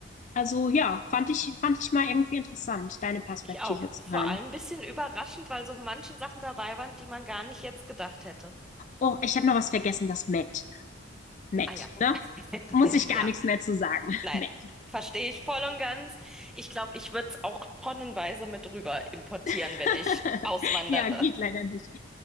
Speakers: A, on the left; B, in the centre.
A: Also ja, fand ich, fand ich mal irgendwie interessant, deine Perspektive
B: ich auch.
A: zu
B: Vor
A: hören.
B: allem ein bisschen überraschend, weil so manche Sachen dabei waren, die man gar nicht jetzt gedacht hätte.
A: Oh, ich habe noch was vergessen, das Met. Met,
B: Ah ja.
A: ne?
B: <laughs>
A: Muss ich gar
B: Ja,
A: nichts mehr zu sagen. <laughs>
B: nein,
A: Met.
B: verstehe ich voll und ganz. Ich glaube, ich würde es auch tonnenweise mit rüber importieren,
A: <laughs>
B: wenn ich auswandere.
A: Ja, geht leider nicht.